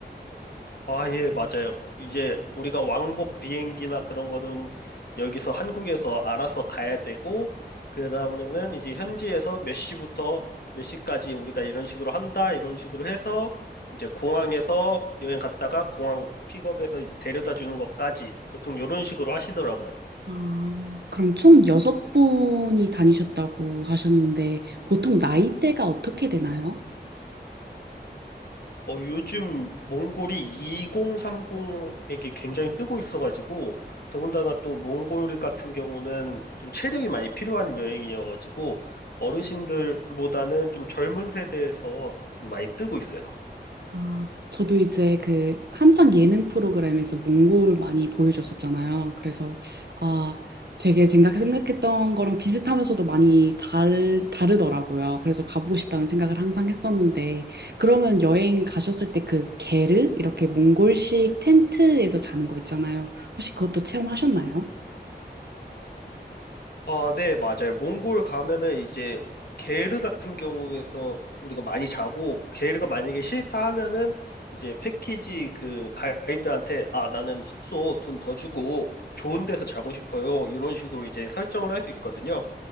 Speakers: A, on the left; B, on the right.
A: 아, 예, 맞아요. 이제 우리가 왕복 비행기나 그런 거는 여기서 한국에서 알아서 가야 되고, 그 다음에는 이제 현지에서 몇 시부터 몇 시까지 우리가 이런 식으로 한다, 이런 식으로 해서 이제 공항에서 여행 갔다가 공항 픽업해서 이제 데려다 주는 것까지 보통 이런 식으로 하시더라고요.
B: 아, 그럼 총 여섯 분이 다니셨다고 하셨는데 보통 나이대가 어떻게 되나요?
A: 어, 요즘 몽골이 2030에게 굉장히 뜨고 있어가지고, 더군다나 또 몽골 같은 경우는 좀 체력이 많이 필요한 여행이어가지고, 어르신들보다는 좀 젊은 세대에서 좀 많이 뜨고 있어요.
B: 아, 저도 이제 그 한창 예능 프로그램에서 몽골 많이 보여줬었잖아요. 그래서 아, 되게 생각, 생각했던 거랑 비슷하면서도 많이 달, 다르더라고요. 그래서 가보고 싶다는 생각을 항상 했었는데 그러면 여행 가셨을 때 그 게르 이렇게 몽골식 텐트에서 자는 거 있잖아요. 혹시 그것도 체험하셨나요?
A: 아, 네, 맞아요. 몽골 가면은 이제 게르 같은 경우에서 우리가 많이 자고 게르가 만약에 싫다 하면은 이제 패키지 그 가이드한테 아, 나는 숙소 돈 더 주고 좋은 데서 자고 싶어요. 이런 식으로 이제 설정을 할 수 있거든요.